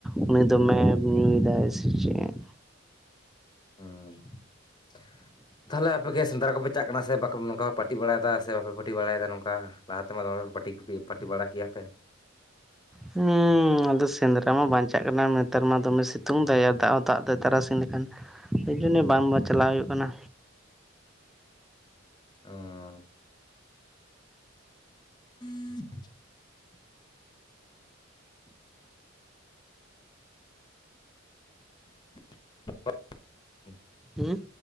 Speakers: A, in the centre; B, on the left.
A: ᱩᱱᱤ ᱫᱚᱢᱮ ᱧᱩᱭᱫᱟᱭ ᱥᱮ ᱪᱮᱫ
B: ᱦᱚ ᱛᱟᱦᱚᱞᱮ ᱟᱯᱮᱜᱮ ᱥᱮᱫᱽᱨᱟ ᱠᱚᱯᱮ ᱪᱟᱜ ᱠᱟᱱᱟ ᱥᱮ ᱵᱟᱠᱚ ᱱᱚᱝᱠᱟ ᱯᱟᱹᱴᱤ ᱵᱟᱲᱟᱭᱫᱟ ᱥᱮ ᱵᱟᱯᱮ ᱯᱟᱹᱴᱤ ᱵᱟᱲᱟᱭᱮᱫᱟ ᱱᱚᱝᱠᱟ ᱞᱟᱦᱟ ᱛᱮᱢᱟ ᱫᱚᱢᱮ ᱯᱟᱴᱤ ᱵᱟᱲᱟ ᱠᱮᱭᱟ ᱯᱮ
A: ᱦᱮᱸ ᱟᱫᱚ ᱥᱮᱸᱫᱽᱨᱟ ᱢᱟ ᱵᱟᱧᱪᱟᱜ ᱠᱟᱱᱟ ᱱᱮᱛᱟᱨ ᱢᱟ ᱫᱚᱢᱮ ᱥᱤᱛᱩᱝ ᱫᱟ ᱫᱟᱜ ᱦᱚᱸ ᱫᱟᱜ ᱫᱟᱭ ᱛᱟᱨᱟᱥᱤᱧ ᱞᱮᱠᱷᱟᱱ ᱮᱤ ᱡᱚᱱᱱᱮ ᱵᱟᱝ ᱪᱟᱞᱟᱣ ᱦᱩᱭᱩᱜ ᱠᱟᱱᱟ᱾
B: ᱚ <inaudible> <inaudible>
A: ᱦᱮᱸ